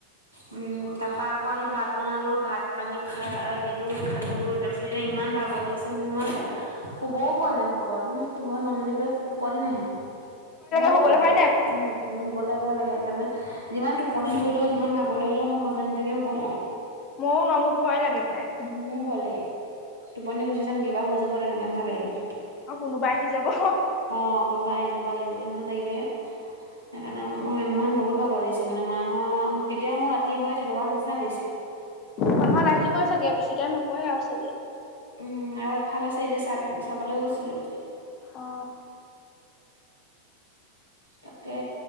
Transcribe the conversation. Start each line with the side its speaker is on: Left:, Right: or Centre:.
Right: উম! তাৰাপা আকৌ, আহি ভাত বনালোঁ, ভাত পানী খাই, দিলোঁ, খালোঁ। তাৰপিছত, এতিয়া ইমান ভাগৰ লাগিছে! মোৰ ইমান শুবও পোৱা নাই, ভাগৰত। মানে, ঘৰ মানুহজনে কয়, টোপনি নাহে। ভয় লাগে
Left: শুবলৈ
Right: শুবলে।
Left: হয় নাই বাৰু
Right: উম! শুবলৈ ভয় লাগে! সেইকাৰণে, যিমান টোপনি ধৰি লেও, যিমান ভাগৰ লাগিলেও, মই ঘৰত মানুহ নাথাকিলে, শুব নোৱাৰোঁ।
Left: মইয়ো নোৱাৰোঁ, মোৰ ভয় লাগে, পায়!
Right: মোৰো ভয় লাগে! টোপনি গুচি যাম, কিবা হৈ যাব, তেনেকুৱা নিচিনা লাগে।
Left: আৰু কোনোবা আহি যাব!
Right: অ'! কোনোবা আহি যাব, আহি যাব নিচিনা লাগি থাকে। সেইকাৰণে, মই ইমান, বহুত ভাগৰ লাগিছে! মানে, মাহঁত? কেতিয়া মোৰ ৰাতি হয়, তেনেকুৱা নিচিনা লাগিছে!
Left: মাহঁত আহিবই চাগে, বেছি টাইম নকৰে আৰু চাগে।
Right: উম! আৰু এফাল আছে, এতিয়া চাব, চাবলৈ গৈছিলোঁ।
Left: অ
Right: তাকে,